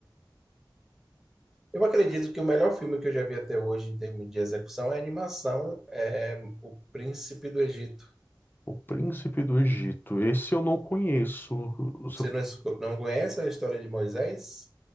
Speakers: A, in the centre; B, on the left.
A: Eu acredito que o melhor filme que eu já vi até hoje em termos de execução é a animação, é O Príncipe do Egito.
B: O Príncipe do Egito. Esse eu não conheço. Você
A: Você não, esco- não conhece a história de Moisés?